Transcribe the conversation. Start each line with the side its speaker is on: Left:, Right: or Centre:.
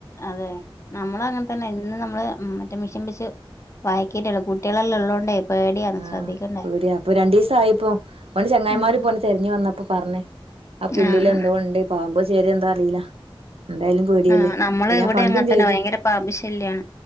Left: അതെ നമ്മളും അങ്ങനെ തന്നെ ഇന്ന് നമ്മള് മറ്റേ മിഷൻ വച്ച് വയക്കിട്ടുള്ളൂ കുട്ടികളെല്ലാം ഉള്ളോണ്ടേ പേടിയാണ്
Right: ആഹ്
Left: ശ്രദ്ധിക്കണ്ടേ
Right: പേടി അപ്പൊ രണ്ടു ദിവസായിപ്പോ ഓന്റെ ചങ്ങായിമാര്
Left: ഉം
Right: പോ തെരഞ്ഞു വന്നപ്പോ പറഞ്ഞ് ആ പുല്ലില്
Left: ആഹ്
Right: എന്തോ
Left: ആഹ്
Right: ഉണ്ട്, പാമ്പോ ചേരയോ എന്താ അറിയില്ല എന്തായാലും പേടിയല്ലേ,
Left: ആഹ് നമ്മള്
Right: ഇപ്പൊ ഞാൻ
Left: ഇവിടെ
Right: കണ്ടും
Left: അങ്ങനെ തന്നെ
Right: ചെയ്ത്.
Left: ഭയങ്കര പാമ്പ് ശല്യാണ്